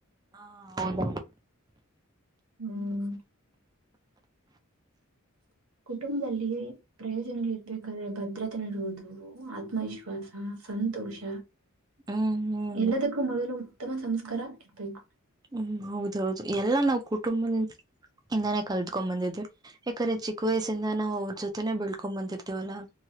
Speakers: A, on the right; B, on the right.
A: ಹಾ ಹೌದ
B: ಹ್ಮ್ ಕುಟುಂಬದಲ್ಲಿ ಪ್ರಯೋಜನಗಳಿರ್ಬೇಕಾದ್ರೆ ಭದ್ರತೆ ನಡುವುದು ಆತ್ಮವಿಶ್ವಾಸ ಸಂತೋಷ
A: ಹ್ಮ್ ಹ್ಮ್
B: ಎಲ್ಲದಕ್ಕ ಮೊದಲು ಉತ್ತಮ ಸಂಸ್ಕಾರ ಇರ್ಬೇಕು
A: ಹ್ಮ್ ಹೌದೌದು ಎಲ್ಲ ನಾವವು್ ಕುಟುಂಬದಿಂದ ಇಂದಾನೇ ಕಲ್ತ್ಕೊಂಡ್ ಬಂದಿದ್ವಿ ಯಾಕ್ರೆ ಚಿಕ್ಕ ವಯಸ್ಸಿಂದ ನಾವು ಅವ್ರ ಜೊತೆ ಬೆಳ್ಕೊಂಡ್ ಬಂದಿರ್ತೇವಲ್ಲಾ